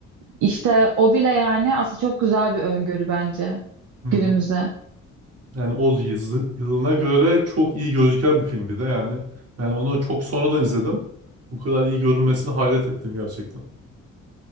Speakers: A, on the right; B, on the right.
A: İşte o bile yani aslında çok güzel bir öngörü bence
B: Hı hı.
A: günümüze.
B: Yani o yızı- yılına göre çok iyi gözüken bir film bir de yani. Ben onu çok sonradan izledim. Bu kadar iyi görünmesine hayret ettim gerçekten.